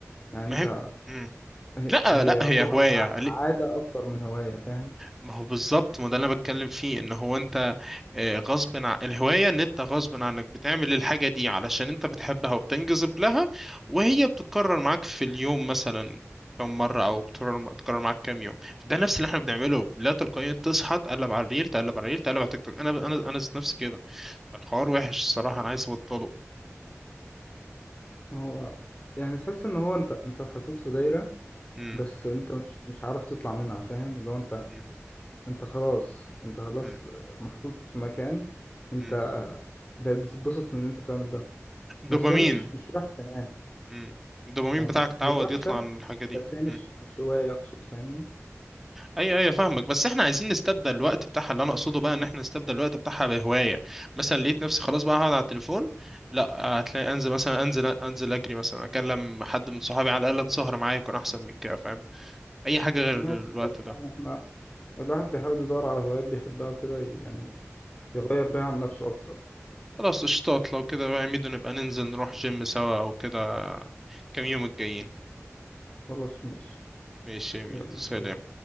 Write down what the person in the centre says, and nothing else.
مهم
مم.
لا
لا
هي هواية
ما هو بالظبط ما ده اللي انا بتكلم فيه ان هو انت آه، غصب عن الهوايه ان انت غصب عنك بتعمل الحاجه دي علشان انت بتحبها وبتنجذب لها وهي بتتكرر معاك في اليوم مثلا كم مره او بتكرر بتكرر معاك كام يوم ده نفس اللي احنا بنعمله لا تلقائيا تصحى تقلب على الريل تقلب على الريل تقلب على تيك توك انا انا انا ذات نفسي كده الحوار وحش الصراحه انا عايز ابطله
امم
امم
امم
امم
دوبامين
امم الدوبامين
بتاعك اتعود
يطلع عن الحاجه دي
إمم.
ايوه ايوه فاهمك بس احنا عايزين نستبدل الوقت بتاعها اللي انا اقصده بقى ان احنا نستبدل الوقت بتاعها بهوايه مثلا لقيت نفسي خلاص بقى هقعد على التليفون لا هتلاقي انزل مثلا انزل انزل اجري مثلا اكلم حد من صحابي على الاقل تسهر معايا يكون احسن من كده فاهم اي حاجه غير
الوقت
ده
خلاص قشطات لو كده بقى يا ميدو نبقى ننزل نروح جيم سوا او كده كام يوم الجايين
ماشي يا ميدو
سلام